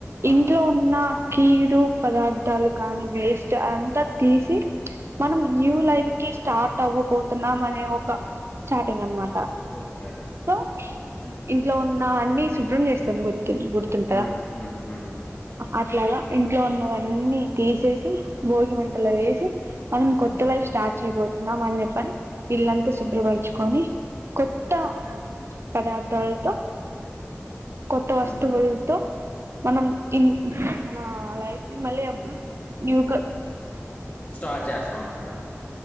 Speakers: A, on the left; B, on the right.
A: ఆ!
B: ఇంట్లో ఉన్న కీడు పదార్థాలు కానీ వేస్ట్ అంతా తీసి మనం న్యూ లైఫ్ కి స్టార్ట్ అవ్వబొతున్నాం అనే ఒక స్టార్టింగ్ అన్న మాట
A: ఓకే.
B: సో
A: హ్మ్.
B: ఇంట్లో ఉన్న అన్ని శుభ్రం చేస్తాం గుర్తుంటదా
A: హ్మ్. హ్మ్. హ్మ్.
B: అట్లాగా ఇంట్లో ఉన్నవన్నీ తీసేసి భోగి మంటలో వేసి మనం
A: హ్మ్.
B: కొత్త గా స్టార్ట్ చేయబోతున్నాం అని చెప్తూ ఇళ్ళంతా శుభ్రపరచుకొని కొత్త పదార్థాలతో కొత్త వస్తువులతో
A: హ్మ్.
B: మనం మన లైఫ్ ని మళ్ళీ న్యూ గా
A: స్టార్ట్ చేస్తాం అనమాట